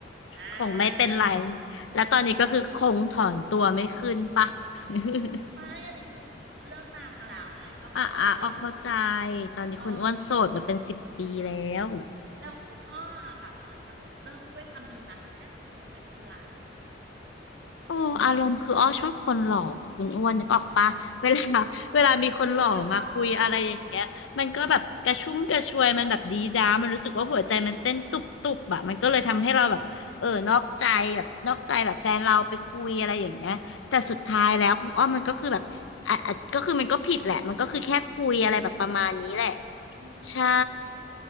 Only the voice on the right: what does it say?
อ่า
อะไรอย่างเงี้ย
คุณ
ไม่อันนี้คือเรื่องนานมาแล้วไงก็แบบว่าเริ่มหมายว่าเออ
แล้วคุณอ้อแบบเหมือนแบบเริ่มด้วยคำนี้มาแค่คุยคงไม่เป็นไร
ทุกคนชอบ <laughs> อื
ม